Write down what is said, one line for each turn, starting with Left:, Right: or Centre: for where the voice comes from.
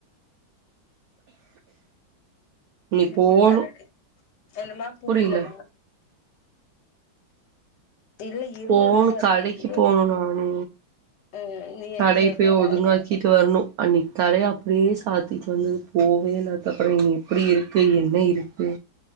Right: நீ
Left: இருமல்
Right: போணு
Left: வருது என்னமா புரிலமா
Right: புரில
Left: இல்ல இருமல்
Right: போணு
Left: வேற வந்துட்டு
Right: கடைக்கு
Left: இருக்குதுன்னு
Right: போணு நானு
Left: ம் நீ
Right: கடைக்கு
Left: என்ன செய்ய
Right: போய்
Left: போற
Right: ஒதுங்க வச் சிட்டு வரணு அன்னைக்கி கடைய அப்டியே சாத்திட்டு வந்தது போவே இல்ல அதுக்கப்றோ எப்டி இருக்கு என்ன இருக்கு